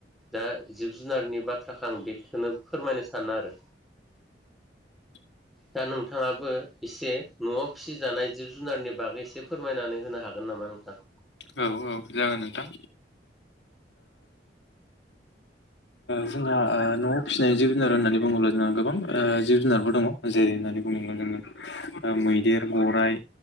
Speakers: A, in the centre; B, on the left.
A: दा जिब जुनारनि बाथ्राखौ आं बेखौनो फोरमायनो सानो आरो।
B: <inaudible>
A: दा नोंथाङाबो एसे न'आव फिसिजानाय जिब जुनारनि बागै एसे फोरमायनानै होनो हागोन नामा नोंथां?
B: औ औ जागोन नोंथां। जोंहा ओ न'आव फिसिनाय जिब जुनार होननानै बुङोब्ला जोंहा गोबांह जिब जुनारफोर दङ जेरै होननानै बुङोब्ला जोङो मैदेर गराइ